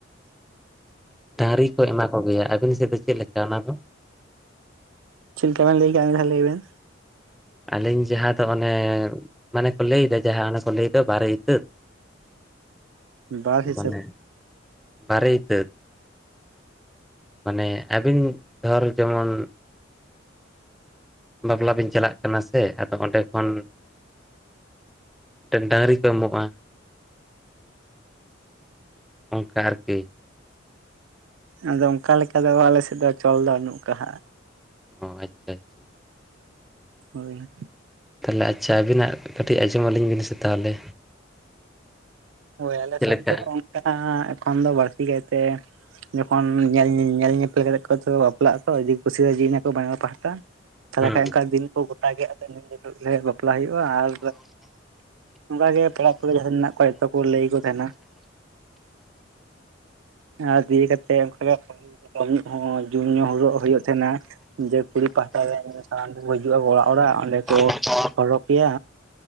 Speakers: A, on the right; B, in the centre.
A: <inaudible>
B: ᱰᱟᱝᱨᱤ ᱠᱚ ᱮᱢᱟ ᱠᱚᱜᱮᱭᱟ ᱟᱹᱵᱤᱱ ᱥᱮᱫ ᱫᱚ ᱪᱮᱫ ᱞᱮᱠᱟ ᱚᱱᱟ ᱫᱚ?
A: ᱪᱮ ᱞᱮᱠᱟ ᱵᱮᱱ ᱞᱟᱹᱭ ᱠᱮᱼᱟ ᱮᱱᱠᱷᱟᱱ ᱞᱟᱹᱭ ᱵᱮᱱ᱾
B: ᱟᱹᱞᱤᱧ ᱡᱟᱦᱟᱸ ᱫᱚ ᱚᱱᱮ ᱢᱟᱱᱮ ᱠᱚ ᱞᱟᱹᱭᱫᱟ ᱡᱟᱦᱟᱸ ᱚᱮᱱ ᱠᱚ ᱞᱟᱹᱭᱫᱟ ᱵᱟᱨᱮ ᱤᱛᱟᱹᱫ᱾
A: <inaudible> ᱵᱟᱨ ᱦᱤᱥᱟᱹᱵᱽ?
B: ᱢᱟᱱᱮ ᱵᱟᱨᱮ ᱤᱛᱟᱹᱫ ᱢᱟᱱᱮ ᱟᱹᱵᱤᱱ ᱫᱷᱚᱨ ᱡᱮᱢᱚᱱ ᱵᱟᱯᱞᱟ ᱫᱤᱱ ᱪᱟᱞᱟᱜ ᱠᱟᱱᱟ ᱥᱮ ᱟᱫᱚ ᱚᱸᱰᱮ ᱠᱷᱚᱱ ᱢᱤᱫᱴᱮᱱ ᱰᱟᱝᱨᱤ ᱠᱚ ᱮᱢᱚᱜᱼᱟ ᱚᱝᱠᱟ ᱟᱨ ᱠᱤ
A: ᱟᱫᱚ ᱚᱱᱠᱟ ᱞᱮᱠᱟ ᱫᱚ ᱟᱞᱮ ᱥᱮᱫ ᱫᱚ ᱪᱚᱞ ᱫᱚ ᱵᱟᱹᱱᱩᱜ ᱠᱟᱜᱼᱟ
B: ᱚ ᱟᱪᱪᱷᱟ ᱟᱪᱪᱷᱟ
A: ᱦᱳᱭ
B: ᱛᱟᱦᱞᱮ ᱟᱪᱪᱷᱟ ᱟᱹᱵᱤᱱᱟᱜ ᱠᱟᱹᱴᱤᱡ ᱟᱸᱡᱚᱢ ᱟᱹᱞᱤᱧ ᱵᱤᱱ ᱥᱮ ᱛᱟᱦᱚᱞᱮ
A: ᱦᱳᱭ ᱟᱞᱮ
B: ᱪᱮᱫ
A: ᱥᱮᱫ
B: ᱞᱮᱠᱟ
A: ᱫᱚ ᱚᱱᱠᱟ ᱮᱠᱷᱚᱱ ᱫᱚ ᱵᱟᱹᱲᱛᱤ ᱠᱟᱭᱛᱮ ᱡᱚᱠᱷᱚᱱ ᱧᱮᱞ ᱧᱮᱞ ᱧᱮᱯᱮᱞ ᱠᱟᱛᱮ ᱠᱚ ᱵᱟᱯᱞᱟᱜᱼᱟᱠᱚ ᱡᱮ ᱠᱩᱥᱤᱭᱟᱜᱼᱟ ᱠᱚ ᱵᱟᱝᱼᱟ ᱯᱟᱦᱴᱟ ᱛᱟᱦᱚᱞᱮ
B: ᱦᱩᱸ
A: ᱠᱷᱟᱱᱡ ᱚᱱᱠᱟ ᱫᱤᱱ ᱠᱚ ᱜᱚᱴᱟ ᱜᱮᱫ ᱛᱚ ᱱᱤᱱ ᱫᱤᱱ ᱚᱱᱠᱟ ᱵᱟᱯᱞᱟ ᱦᱩᱭᱩᱜᱼᱟ ᱟᱨ ᱚᱱᱠᱟᱜ ᱜᱮ ᱯᱮᱲᱟ ᱠᱚ ᱡᱟᱦᱟᱸ ᱢᱮᱱᱟᱜ ᱠᱚᱣᱟ ᱠᱚ ᱞᱟᱹᱭᱠᱚ ᱛᱟᱦᱮᱸᱱᱟ ᱟᱨ ᱫᱤᱭᱮ ᱠᱟᱛᱮ ᱚᱱᱠᱟᱜ ᱦᱚᱸ ᱡᱚᱢᱧᱩ ᱦᱚᱜ ᱦᱩᱭᱩᱜ ᱛᱟᱦᱮᱱᱟ ᱡᱮ ᱠᱩᱲᱤ ᱯᱟᱦᱴᱟ ᱨᱮᱱ ᱥᱟᱱᱟᱢ ᱠᱚ ᱦᱤᱡᱩᱜᱼᱟ ᱚᱲᱟᱜ ᱚᱲᱟᱜ ᱚᱸᱰᱮ ᱠᱚ
B: ᱟᱪᱪᱷᱟ
A: ᱦᱚᱨᱚᱯᱮᱭᱟ